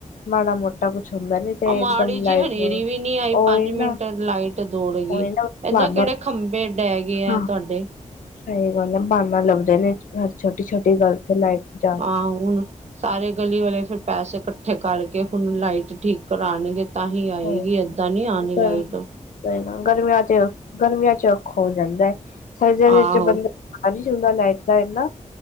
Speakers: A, on the left; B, on the right.
A: ਮਾੜਾ-ਮੋਟਾ ਕੁਛ ਹੁੰਦਾ ਨੀ ਤੇ
B: ਆ ਮਾੜੀ
A: ਇਕਦਮ
B: ਜੀ
A: ਲਾਈਟ
B: ਹਨੇਰੀ
A: ਉਹੀ
B: ਵੀ ਨੀ ਆਈ, ਪੰਜ ਮਿੰਟ'ਚ
A: ਨਾ
B: ਲਾਈਟ ਦੌੜ ਗਈ।
A: ਉਹੀ ਨਾ
B: ਏਦਾਂ
A: ਬਹਾਨਾ
B: ਕਿਹੜੇ ਖੰਬੇ ਡਹਿ ਗਏ ਆ,
A: ਹਾਂ
B: ਤੁਹਾਡੇ?
A: ਸਹੀ ਗੱਲ ਐ, ਬਾਨਾ ਲੱਭਦੇ ਨੇ ਹਰ ਛੋਟੀ-ਛੋਟੀ ਗੱਲ ਤੇ ਲਾਈਟ ਜਾ
B: ਹਾਂ ਹੁਣ, ਸਾਰੇ ਗਲੀ ਵਾਲੇ ਫਿਰ ਪੈਸੇ ਇਕੱਠੇ ਕਰਕੇ ਹੁਣ ਲਾਈਟ ਠੀਕ ਕਰਾਣਗੇ ਤਾਂ ਹੀ ਆਏਗੀ,
A: ਸਹੀ
B: ਏਦਾਂ ਨੀ ਆਣੀ
A: ਗੱਲ
B: ਲਾਈਟ।
A: ਸਹੀ ਗੱਲ ਏ, ਗਰਮੀਆਂ ਤੇ ਗਰਮੀਆਂ'ਚ ਔਖਾ ਹੋ ਜਾਂਦਾ ਏ, ਸਰਦੀਆਂ
B: ਆਹੋ
A: ਦੇ ਵਿੱਚ ਬੰਦਾ ਪਤਾ ਨੀ ਚੱਲਦਾ ਲਾਈਟ ਦਾ ਇੰਨਾ,